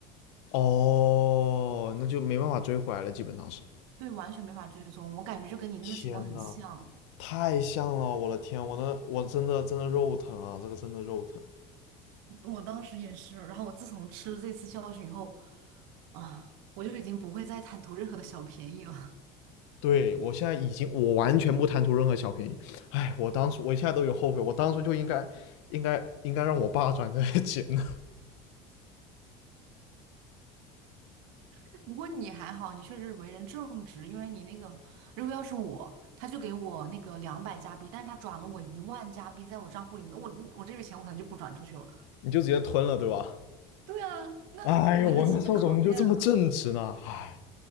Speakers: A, on the left; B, on the right.
A: 哦，那就没办法追回来了，基本上是。
B: 对，完全没法追踪。我感觉就跟你那个情况很像。
A: 天呐，太像了，我的天，我的我真的真的肉疼啊，这个真的肉疼。
B: 我当时也是，然后我自从吃了这次教训以后，啊，我就已经不会再贪图任何的小便宜了。
A: 对，我现在已经，我完全不贪图任何小便宜。哎，我当初，我现在都有后悔，我当初就应该，应该，应该让我爸转这些钱呢，
B: <laughs> 不过你还好，你确实为人正直，因为你那个，如果要是我，他就给我那个两百加币，但是他转了我一万加币在我账户里，那我我这笔钱我可能就不转出去了。
A: <laughs> 你就直接吞了，对吧？
B: 对啊，那人性的考验啊。
A: 哎呦，我那时候怎么就这么正直呢？哎，